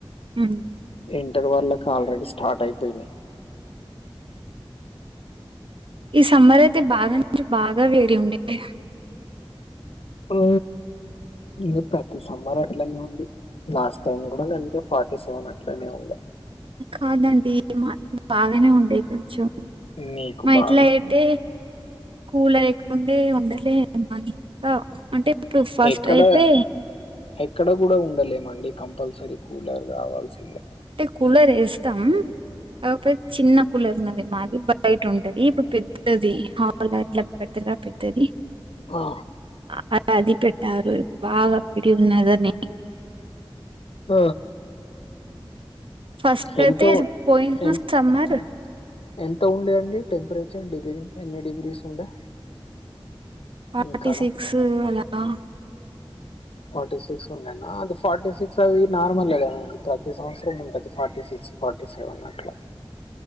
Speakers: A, on the right; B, on the left.
A: ఉ
B: ఇంటర్ వాళ్ళకి ఆల్రెడీ స్టార్ట్ అయిపోయినాయ్
A: ఈ సమ్మర్ అయితే బాగా నుంచి బాగా వేడి ఉండే
B: ఆ ఇంగ ప్రతి సమ్మర్ అట్లనే ఉంది లాస్ట్ టైమ్ కూడా గంతే ఫార్టీ సెవెన్ అట్లనే ఉండే
A: కాదండి మా బాగానే ఉండే కొంచెం
B: మీకు
A: మా
B: బాగుంది
A: ఇట్లా అయితే కూల ఉండే ఉండలేమాకా అంటే ఇప్పుడు ఫస్ట్
B: ఎక్కడ
A: అయితే
B: ఎక్కడ కూడా ఉండలేమండి కంపల్సరీ కూలర్ కావాల్సిందే
A: అంటే కూలరేస్తాం కపోతే చిన్న కులరు ఉన్నది మాది బయట ఉంటది ఇప్పుడు పెద్దది హాల్ల ఇట్ల పెద్దగా పెద్దది
B: ఆ
A: అ- అది పెట్టారు బాగా వేడున్నదని
B: ఆ
A: ఫస్ట్
B: ఎంతో
A: ఐతే పోయి
B: ఎన్
A: సమ్మర్
B: ఎన్- ఎంత ఉండే అండి టెంపరేచర్ డిగ్రీ ఎన్ని డిగ్రీస్ ఉండే
A: ఫార్టీ
B: మీకాడ
A: సిక్స్ అలా <inaudible>
B: ఫార్టీ సిక్స్ ఉండేనా అది ఫార్టీ సిక్స్ అవి నార్మలే కదండి ప్రతి సంవత్సరం ఉంటది ఫార్టీ సిక్స్ ఫా ర్టీ సెవెన్ అట్లా